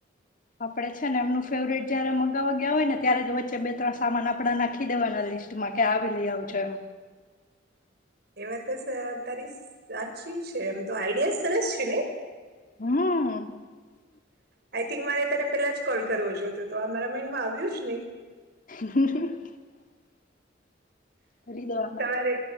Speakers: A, on the left; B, on the right.
A: આપડે છે ને એમનું ફેવરટ જયારે મગાવવા ગયા હોય ને ત્યારે જ વચ્ચે બે ત્રણ સામાન આપડા નાખી દેવાના લિસ્ટમાં કે આવી લઈ આવજો એમ
B: એવા તો તારી સાચી છે એમ તો આઈડિયા સરસ છે ને
A: હમ
B: આઈ થિંક મારે તેને પેલા જ કોલ કરવો જો હતો તો આ મારા માઈન્ડમાં આવ્યું છે ને
A: હ કરીરી દવાના
B: સવારે